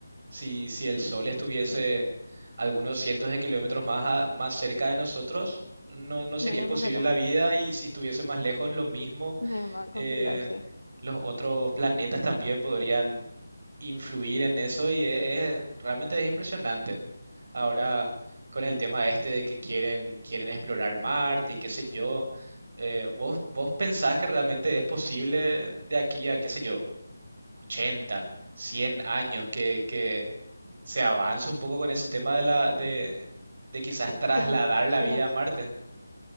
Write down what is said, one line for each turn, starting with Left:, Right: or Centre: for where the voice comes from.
Right: Si, si el sol estuviese algunos cientos de kilómetros más, a- más cerca de nosotros, no, no sería
Left: Nos íbamos
Right: posible
Left: a quemar,
Right: la vida y si estuviese más lejos, lo mismo
Left: nos íbamos a congelar,
Right: eh,
Left: sí.
Right: los otros planetas también podrían influir en eso y e- es, realmente es impresionante. Ahora, con el tema este de que quieren, quieren explorar Marte y qué sé yo, eh, ¿vos, vos pensás que realmente es posible de aquí a, qué sé yo, 80 100 años que, que se avance un poco con ese tema de la, de, de quizás trasladar
Left: ¿Y las exploraciones?
Right: la vida a Marte?